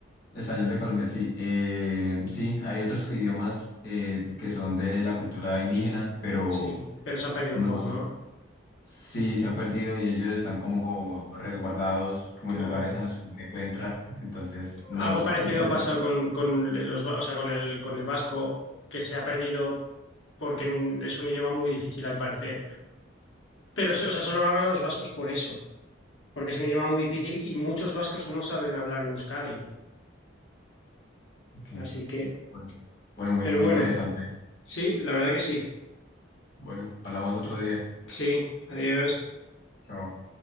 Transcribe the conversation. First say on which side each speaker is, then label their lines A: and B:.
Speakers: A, on the left; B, on the left.
A: Español de Colombia, sí. Eh, sí, hay otros que- idiomas eh, que son de la cultura indígena, pero
B: Sí, pero se han perdido
A: no.
B: un poco, ¿no?
A: Sí, se han perdido y ellos están como resguardados, como
B: Claro.
A: en lugares a los que no se puede entrar. Entonces, no
B: Algo
A: los...
B: parecido
A: pues,
B: pasa con, con los, va- o sea, con el, con el vasco, que se ha perdido porque es un idioma muy difícil al parecer. Pero, o sea, solo lo hablan los vascos por eso, porque es un idioma muy difícil y muchos vascos no saben hablar en Euskadi.
A: ok,
B: Así que,
A: Bueno, Bueno, muy,
B: pero
A: muy
B: bueno,
A: interesante.
B: sí, la verdad que sí.
A: Bueno, hablamos otro día.
B: Sí, adiós.
A: Chao.